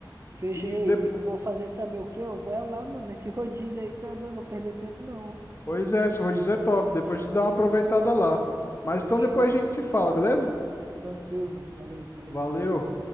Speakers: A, on the right; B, on the left.
A: Fecha.
B: E
A: Ei, e eu vou fazer saber o quê? Eu vou é lá, mano. Nesse rodízio aí, tu é doido, eu vou perder tempo, não.
B: depois é, se eu vou dizer top. Depois tu dá uma aproveitada lá. Mas
A: Fechou.
B: então depois a gente se fala, beleza?
A: Tranquilo, mano. Valeu, falou.
B: Valeu.